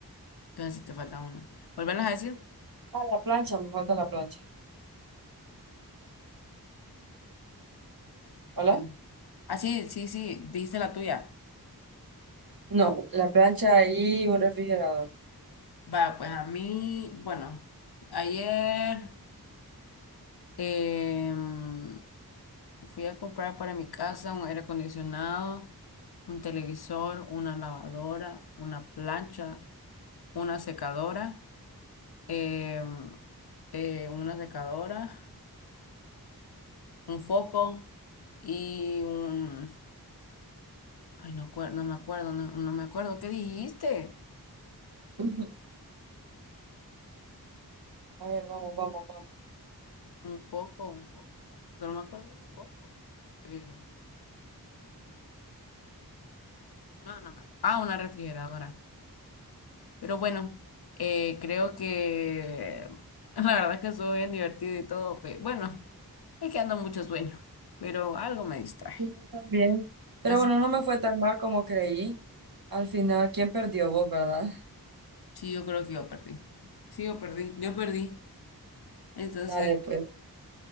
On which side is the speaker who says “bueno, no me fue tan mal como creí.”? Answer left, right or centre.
Right